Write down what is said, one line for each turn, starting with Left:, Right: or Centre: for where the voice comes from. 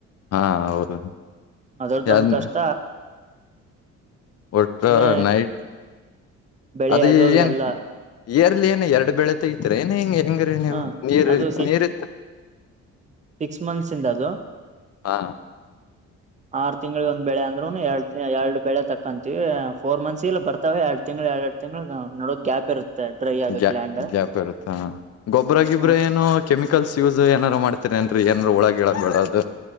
Left: ಹಾ ಹೌದು
Right: ಅದ್ರ ಅದೊಂದು
Left: ಯಾನ್
Right: ಕಷ್ಟ
Left: ಒಟ್ಟ
Right: ಒಮ್ಮೆ
Left: ನೈಟ್
Right: ಬೆಳೆ
Left: ಅದ
Right: ಅದು ಇವೆಲ್ಲ
Left: ಏನ್. ಇಯರ್ಲಿ ಏನ ಎರಡ್ ಬೆಳೆತೆ ಇತ್ ಏನ ಹಿಂಗ್ ಹೆಂಗ್ರೀ ನೀವು
Right: ಹ
Left: ನೀರ್
Right: ಅದು ಸಿ
Left: ನೀರ್ ಇತ್ತ.
Right: ಸಿಕ್ಸ್ ಮಂತ್ಸ್ ಇಂದ ಅದು.
Left: ಹ
Right: ಆರು ತಿಂಗಳಿ ಒಂದ್ ಬೆಳೆ ಅಂದ್ರುನು ಎರಡ್ ಎರಡು ಬೆಳೆ ತಕ್ಕಕಂತೀವಿ ಫೋರ್ ಮಂತ್ಸ್ ಇಲ್ಲ ಬರ್ತಾವ ಎರಡ್ ತಿಂಗ. ಎರ ಎರಡು ತಿಂಗಳು ನೋಡ ಗ್ಯಾಪ್ ಇರುತ್ತೆ ಡ್ರೈ ಆಗಕ್
Left: ಗ್ಯಾ
Right: ಲ್ಯಾಂಡ್
Left: ಗ್ಯಾಪ್ ಇರುತ್ತಾ ಗೊಬ್ಬ್ರಗಿಬ್ರ
Right: ಹ
Left: ಏನೋ ಕೆಮಿಕಲ್ಸ್ ಯೂಸ್ ಏನಾರು ಮಾಡ್ತರಿ ಅ ಏನ್ರು ಒಳ ಗಿಳ ಬೇಡದು.